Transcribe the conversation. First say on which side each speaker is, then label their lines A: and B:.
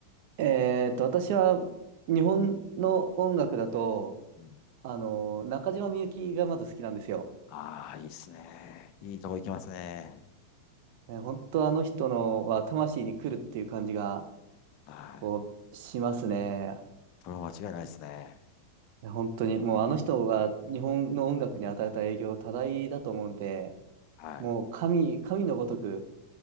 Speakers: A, on the right; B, on the left.
A: えーっと、私は、日本の音楽だと、
B: うん。
A: あの、中島みゆきがまず好きなんですよ。
B: ああ、いいっすね。いいとこ行きますね。
A: ね、本当あの人のは魂に来るっていう感じが、
B: はい。
A: こう、しますね。
B: それは間違いないですね。
A: いや本当に、もうあの人が日本の音楽に与えた影響は多大だと思うんで、
B: はい。
A: もう神、神のごとく